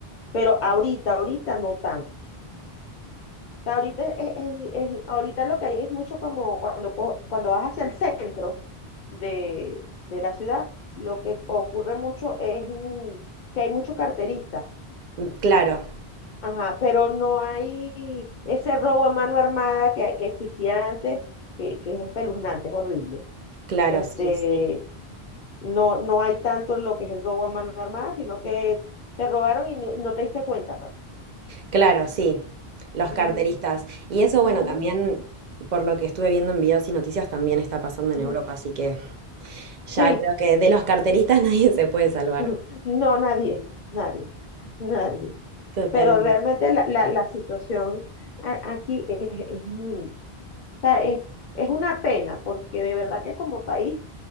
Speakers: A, on the left (about 50°); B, on the right (about 55°).
A: Pero ahorita, ahorita no tanto. sea, ahorita, es- es- es- es- ahorita lo que hay es mucho como cuando, co- cuando vas hacia el centro de, de la ciudad, lo que ocurre mucho es mm, que hay muchos carteristas,
B: Mm, Claro,
A: ajá, pero no hay ese robo a mano armada que, que existía antes, que, que es espeluznante, es horrible.
B: claro,
A: Este,
B: sí, sí.
A: no, no hay tanto lo que es el robo a mano armada, sino que te robaron y no, no te diste cuenta, pues.
B: Claro, sí, los carteristas.
A: Ujú,
B: Y eso, bueno,
A: ujú,
B: también por lo que estuve viendo en videos y noticias, también está pasando
A: ujú.
B: en Europa, así que ya
A: Sí.
B: creo que de los carteristas <laughs> nadie se puede salvar.
A: <laughs> No, nadie, nadie, nadie.
B: Totalmente.
A: Pero realmente la, la- la situación a- aquí es, es, mm, o sea, es- es una pena, porque de verdad que como país,